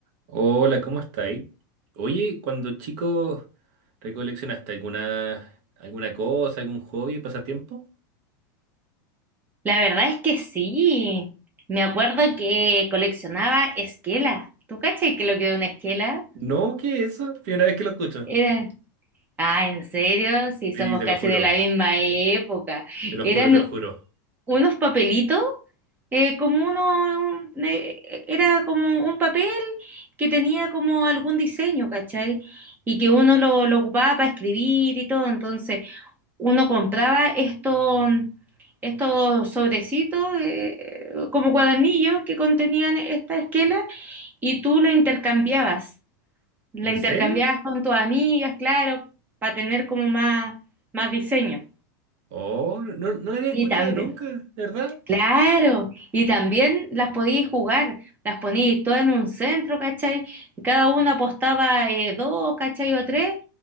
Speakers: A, on the right; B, on the right.
A: Hola, ¿cómo estáis? Oye, cuando chico, ¿recoleccionaste alguna, alguna cosa, algún hobby, pasatiempo?
B: La verdad es que sí. Me acuerdo que coleccionaba esquelas. ¿Tú cachai que lo que es una esquela?
A: No, ¿qué es eso? Primera vez que lo escucho.
B: Era... Ah, ¿en serio? Sí, somos
A: Sí, te
B: casi
A: lo juro,
B: de la misma época.
A: te lo
B: Eran
A: juro, te lo juro.
B: unos papelitos, eh, como uno... un- eh, era como un papel que tenía como algún diseño, ¿cachai? Y que uno lo, lo ocupaba para escribir y todo. Entonces, uno compraba esto- estos sobrecitos, eh, como cuadernillos que contenían esta esquela y tú la intercambiabas. La
A: ¿En
B: intercambiabas
A: serio?
B: con tus amigas, claro, para tener como más, más diseño.
A: Oh, no, no no lo había
B: Y
A: escuchado
B: también,
A: nunca, ¿de verdad?
B: claro, y también las podíais jugar, las poníais todas en un centro, ¿cachai? Cada una apostaba eh, dos, ¿cachai? O tres,